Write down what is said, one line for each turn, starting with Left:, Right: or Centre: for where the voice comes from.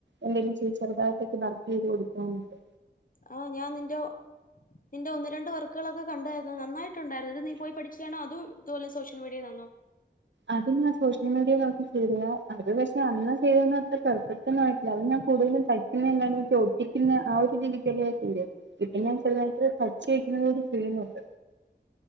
Right: എന്തെങ്കിലും ചെ ചെറുതായിട്ടൊക്കെ വർക്ക് ചെയ്ത് കൊടുക്കാനൊക്കെ
Left: ആഹ് ഞാൻ നിന്റെ നിന്റെ ഒന്ന് രണ്ട് വർക്കുകളൊക്കെ കണ്ടാരുന്നു നന്നായിട്ടുണ്ടായിരുന്നു. അത് നീ പോയി പഠിചതാണോ അതോ ഇതുപോലെ സോഷ്യൽ മീഡിയയിൽ നിന്നാണോ
Right: അത് ഞാൻ സോഷ്യൽ മീഡിയയി ൽ നോക്കി ചെയ്തതാ. അത് പക്ഷെ അന്ന് ചെയ്തതൊന്നും അത്ര പെർഫെക്ട് ഒന്നും ആയിട്ടില്ല. അത് ഞാൻ കൂടുതലും തയ്ക്കുന്നയല്ലാണ്ട് ഒട്ടിക്കുന്ന ആ ഒരു രീതിക്കല്ലേ ചെയ്ത് ഇപ്പൊ
Left: ഉം
Right: ഞാൻ ചെറുതായിട്ട് പഠിച്ച് <unintelligible> ഒരു ഫീലുണ്ട്